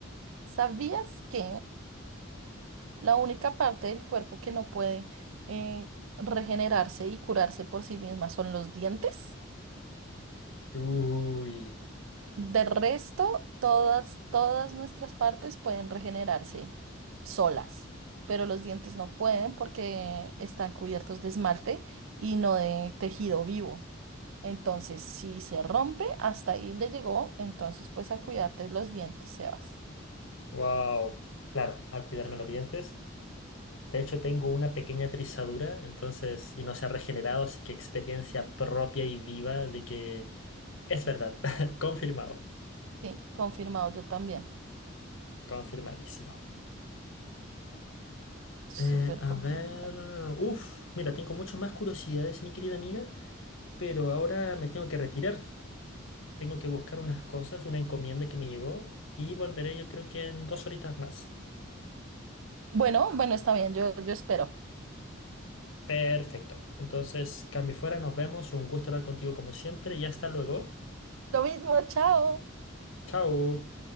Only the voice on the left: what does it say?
Uy.
Wow. Claro, al cuidarme los dientes. De hecho, tengo una pequeña trizadura, entonces, y no se ha regenerado, así que experiencia propia y viva de que es verdad. <laughs> Confirmado.
Confirmadísimo. Eh,
a
ver. Uf, mira, tengo mucho más curiosidades, mi querida amiga, pero ahora me tengo que retirar. Tengo que buscar unas cosas, una encomienda que me llegó, y volveré yo creo que en dos horitas más.
Perfecto. Entonces, cambio fuera, nos vemos. Un gusto hablar contigo como siempre y hasta luego.
Chao.